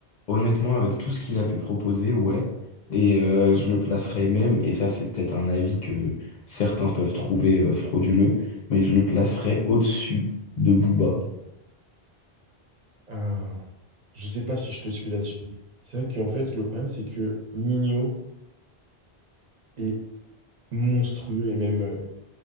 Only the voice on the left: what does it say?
honnêtement, avec tout ce qu'il a pu proposer, ouais. Et euh, je le placerais même, et ça c'est peut-être un avis que certains peuvent trouver euh, frauduleux, mais je le placerais au-dessus de Booba.